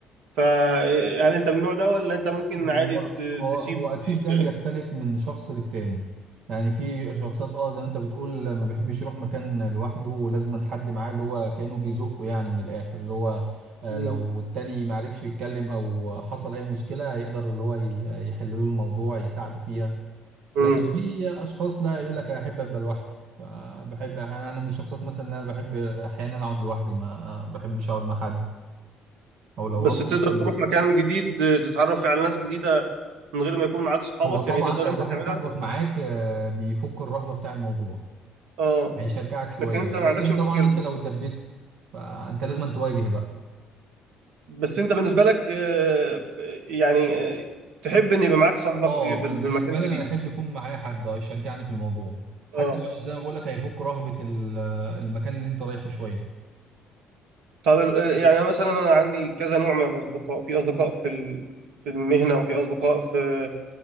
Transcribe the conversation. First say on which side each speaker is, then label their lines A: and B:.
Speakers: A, on the right; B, on the right.
A: فهل انت من النوع ده ولا انت ممكن
B: هو
A: عادي ت-
B: هو
A: تسيب
B: هو اكيد ده
A: يعني-
B: بيختلف من شخص للتاني يعني في شخصيات اه زي ما انت بتقول ما بيحبش يروح مكان لوحده ولازم حد معاه اللي هو كأنه بيزقه يعني من الاخر اللي هو آه،
A: مم.
B: لو التاني ما عرفش يتكلم او حصل اي مشكله هيقدر اللي هو ي- يحل له الموضوع يساعده فيها
A: مم.
B: لكن في اشخاص لا يقول لك احب ابقى لوحدي بحب احيانا انا من الشخصيات مثلا اللي انا بحب احيانا اقعد لوحدي ما بحبش اقعد مع حد او لو
A: بس
B: رحت
A: تقدر
B: مثلا
A: تروح مكان جديد تتعرف فيه على ناس جديدة من غير ما يكون معاك صحابك
B: هو طبعا
A: يعني تقدر
B: لو
A: انت
B: واحد
A: تعملها
B: صاحبك معاك آه، بيفك الرهبة بتاع الموضوع
A: اه
B: هيشجعك شوية
A: لكن انت ما
B: لكن
A: عندكش مشكلة
B: طبعا انت لو اتدبست فانت لازم تواجه بقى
A: بس انت بالنسبه لك آه، يعني آه، تحب ان يبقى معاك صاحبك
B: اه
A: في في المكان
B: بالنسبة
A: الجديد
B: لي انا احب يكون معايا حد اه يشجعني في الموضوع حتى
A: اه
B: لو زي ما بقول لك هيفك رهبة ال- آه، المكان اللي انت رايحه شوية
A: طب ال- آه، يعني انا مثلا انا عندي كذا نوع من الاصدقاء في اصدقاء في ال- في المهنه وفي اصدقاء في